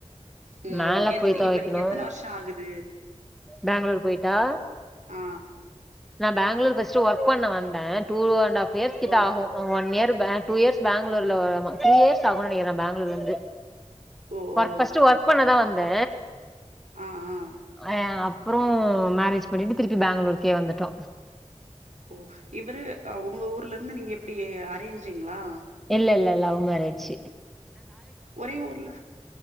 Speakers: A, on the right (about 85°); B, in the centre.
A: உம்
B: மேல
A: எப்டி
B: போய் தொவைக்கணு
A: இப்ப நீங்க எத்தன வர்ஷோ ஆகுது
B: பேங்களூர் போயிட்டா
A: ஆ
B: நா பேங்களூர் ஃபஸ்ட்டு ஒர்க் பண்ண வந்தே டூ ஆண்ட் ஹாஃப் இயர்ஸ்கிட்ட
A: ஓ
B: ஆகு one year back two years பேங்களூர்ல வ டூ இயர்ஸ் ஆகு நெனக்கிறே பேங்களூர் வந்து
A: ஓ ஓ
B: ஃபஸ்ட்டு ஒர்க் பண்ண தா வந்தே
A: ஆ ஆ
B: அய ஆ அப்றோ மேரேஜ் பண்ணிட்டு திருப்பி பேங்களூருக்கே வந்துட்டோ
A: ஓ இவரு உங்க ஊர்ல இருந்து நீங்க எப்டி அரேஞ்சுங்களா
B: இல்ல இல்ல இல்ல லவ் மேரேஜ்ஜூ
A: ஒரே ஊர்ல